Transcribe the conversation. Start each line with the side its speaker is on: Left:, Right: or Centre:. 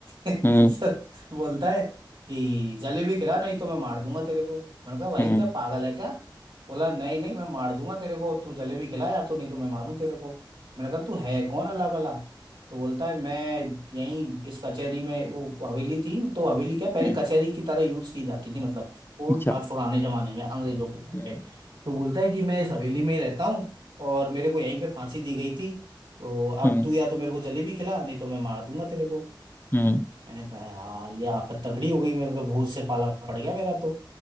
Right: <laughs> तो
Left: हम्म
Right: बोलता है कि जलेबी खिला नहीं तो मैं मार दूंगा तेरे को मैंने कहा भाई
Left: हम्म
Right: क्या पागल है क्या बोला नहीं नहीं मैं मार दूंगा तेरे को तू जलेबी खिला या तो नहीं तो मैं मारूं तेरे को मैंने कहा तू है कौन अल्लाह भला तो बोलता है मैं यहीं इस कचहरी में वो हवेली थी तो हवेली क्या पहले
Left: हम्म,
Right: कचहरी की तरह यूज की जाती थी मतलब कोर्ट
Left: अच्छा
Right: था पुराने जमाने में अंग्रेजों के टाइम
Left: हम्म
Right: पे तो बोलता है कि मैं इस हवेली में ही रहता हूँ और मेरे को यहीं पे फांसी दी गई थी तो अब
Left: हम्म
Right: तू या तो मेरे को जलेबी खिला नहीं तो मैं मार दूंगा तेरे को
Left: हम्म
Right: मैंने कहा यार ये आफत तगड़ी हो गई मेरे को भूत से पाला पड़ गया मेरा तो